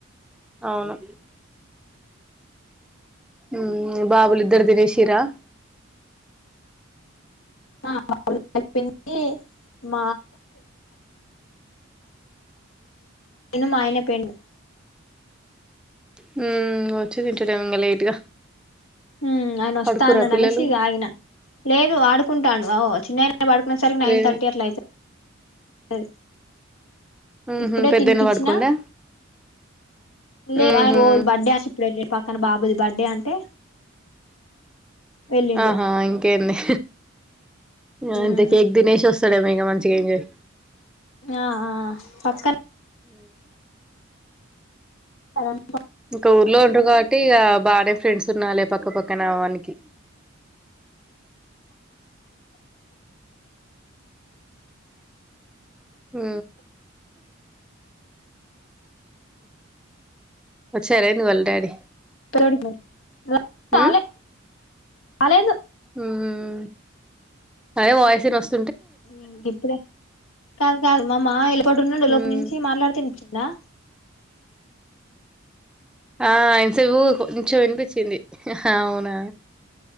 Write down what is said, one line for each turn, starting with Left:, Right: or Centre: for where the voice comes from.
Centre: అవును ఉమ్ బాబులు ఇద్దరు తినేశింరా.
Left: ఆ అయిపోయిందీ <inaudible> <inaudible> మా ఆయన పోయిండు.
Centre: హ్మ వచ్చి తింటడేమో ఇంగ లేట్గా.
Left: హ్మ ఆయన వస్తా
Centre: పడుకుర్రా
Left: అన్నాడు
Centre: పిల్లలు
Left: అనేసి ఇగా ఆగిన. లేదు ఆడుకుంటాండు ఓ చిన్నైనా పడుకునే సరికి నైన్
Centre: లే
Left: థర్టీ అట్ల అయితద్. తది.
Centre: ఉహు
Left: ఇప్పుడే
Centre: పెద్దన్న
Left: తినిపిచ్చినా.
Centre: పడుకుండా
Left: లే
Centre: ఉహు
Left: ఆయన ఎవల్దో బర్డే అనేశి ఇప్పుడు ఎల్లిండు. తన బాబుది బర్త్డే అంటే. వెళ్ళిండు
Centre: ఆహా ఇంకేంది. ఆ
Left: ఉమ్
Centre: ఇంత కేక్ తినేశ్ వశ్ స్తాడేమో ఇగ మంచిగా ఎంజాయ్.
Left: ఆ ఆ పక్కన్
Centre: ఊ
Left: సర
Centre: ఇంకా ఊర్లో ఉ కా అంటే ఇక బాగానే ఫ్రెండ్స్ ఉన్నాాలి పక్క పక్కపక్కనామానికి ఆ వచ్చారా ఏంది వాళ్ళ డాడీ
Left: తపో చాలే
Centre: ఉమ్
Left: చాలేదు
Centre: ఉమ్ అదే వయస న వస్త
Left: ఇంగ ఇప్పుడే. కాదు కాదు మా మావయ్య లోపలున్నాడు లోపటి
Centre: ఉమ్
Left: నుంచీ మాట్లాడుతే ఇన్పిస్తది. నా
Centre: ఆ ఇన్స గూక కొంచం వినిపిచ్చింది. అవునా